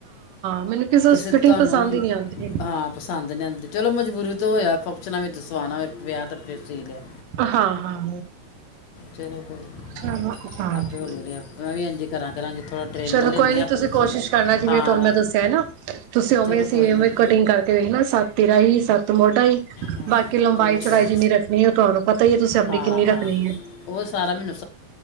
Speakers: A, on the right; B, on the left.
A: ਮੈਨੂੰ
B: ਕਿਸੇ
A: ਫਿਟਿੰਗ
B: ਤੁਹਾਨੂੰ
A: ਪਸੰਦ ਹੀ ਨਹੀਂ ਆਉਂਦੀ।
B: ਹਾਂ ਪਸੰਦ ਨ ਆਉਂਦੀ ਚਲੋ ਮਜਬੂਰੀ ਤੋਂ ਹੋਇਆ ਫੰਕਸ਼ਨਾਂ ਵਿੱਚ ਜ ਸੋਆਣਾ ਹੋਵੇ ਵਿਆਹ ਤਾਂ ਫਿਰ ਸੀ ਲਿਆ।
A: ਹਾਂ- ਹਾਂ
B: ਚਲੋ ਕੋਈ
A: ਚੋ ਹ
B: ਆਪੇ ਹੌਲੀ ਹੌਲੀ ਆਪ- ਮੈਂ ਵੀ ਇੰਜ ਹੀ ਕਰਾਂ ਕਰਾਂਗੇ ਥੋੜਾ ਟ੍ਰੇਨਿੰਗ
A: ਚਲੋ
B: ਲੈਣੀ
A: ਕੋਈ ਨੀ
B: ਆ ਆਪਣੇ
A: ਤੁਸੀਂ ਕੋਸ਼ਿਸ਼
B: ਸੀ
A: ਕਰਨਾ ਜਿਵੇਂ
B: ਹਾਂ
A: ਤੁਹਾਨੂੰ ਮੈਂ ਦੱਸਿਆ ਨਾ ਤੁਸੀਂ ਉਵੇਂ
B: ਚਲੋ ਕੋਈ
A: ਸੀਵੇਂ
B: ਨਹੀਂ
A: ਕਟਿੰਗ ਕਰਕੇ ਵੇਖਣਾ ਸੱਤ ਤੀਰਾ ਹੀ ਸੱਤ ਮੋਢਾ ਹੀ
B: ਹਾਂ
A: ਬਾਕੀ ਲੰਬਾਈ
B: ਚਲੋ
A: ਚੜਾਈ
B: ਕੋਈ
A: ਜਿੰਨੀ ਰੱਖਣੀ ਹੈ ਤੁਹਾਨੂੰ ਪਤਾ ਹੀ ਤੁਸੀਂ ਆਪਣੀ
B: ਹਾਂ
A: ਕਿੰਨੀ
B: ਹਾਂ
A: ਰੱਖਣੀ ਹੈ।
B: ਉਹ ਸਾਰਾ ਮੈਨੂੰ